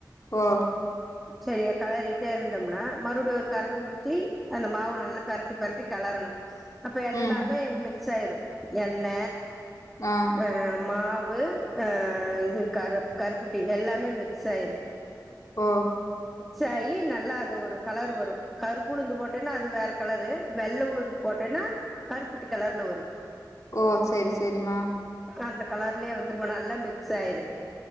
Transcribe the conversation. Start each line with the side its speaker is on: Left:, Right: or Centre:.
Left: ஓ
Centre: செரியா கெளறிட்டே இருந்தம்னா மறுபடியு ஒரு கரண்டு ஊத்தி அந்த மாவு நல்லா பெரட்டி பெரட்டி கெளரணும் அப்ப எல்லாமே
Left: ம்
Centre: இவனுக் பிக்சாயிரு எண்ண
Left: ஆ
Centre: அ அ மாவ் வு அ இது கரு கருப்புட்டி எல்லாமே மிக்ஸ் ஆயிரு
Left: ஓ
Centre: சாயி நல்லா அது ஒரு கலர் வரு கருப்பு உளுந்து போட்டேன்னா அது வேற கலரு வெள்ள உளுந்து போட்டேன்னா கருப்புட்டி கலர்ல வரு
Left: ஓ செரி செரிமா
Centre: அந்த கலர்லயே வந்துரும்மா நல்லா மிக்ஸ் ஆயிரு